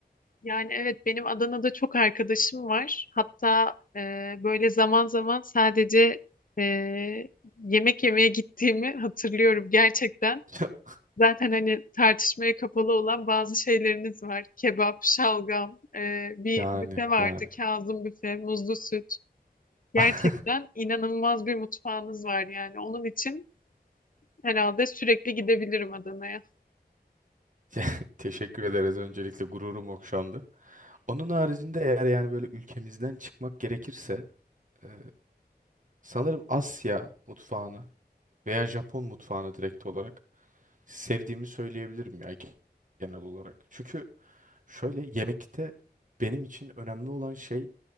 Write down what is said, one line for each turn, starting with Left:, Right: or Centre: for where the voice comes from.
Left: Yani evet benim Adana'da çok arkadaşım var. Hatta e, böyle zaman zaman sadece e, yemek yemeye gittiğimi hatırlıyorum gerçekten.
Right: <laughs>
Left: Zaten hani tartışmaya kapalı olan bazı şeyleriniz var. Kebap, şalgam, e, bir
Right: Yani
Left: büfe vardı.
Right: yani.
Left: Kazım büfe, muzlu süt. Gerçekten
Right: <laughs>
Left: inanılmaz bir mutfağınız var yani. Onun için herhalde sürekli gidebilirim Adana'ya.
Right: Ya, Teşekkür ederiz öncelikle gururum okşandı. Onun haricinde eğer yani böyle ülkemizden çıkmak gerekirse eee, sanırım Asya mutfağını veya Japon mutfağını direkt olarak sevdiğimi söyleyebilirim ya ge- genel olarak. Çünkü şöyle yemekte benim için önemli olan şey